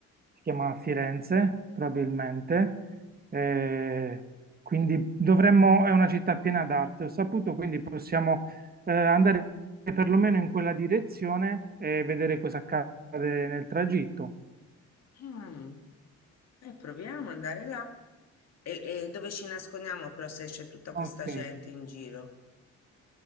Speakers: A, on the right (about 30°); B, on the left (about 60°).
A: si chiama Firenze, probabilmente. Eh, quindi dovremmo, è una città piena d'arte, ho saputo, quindi possiamo eh, andare perlomeno in quella direzione e vedere cosa accade nel tragitto.
B: mm. Eh, proviamo ad andare là. E, e dove ci nascondiamo però se c'è tutta questa
A: Ok.
B: gente in giro?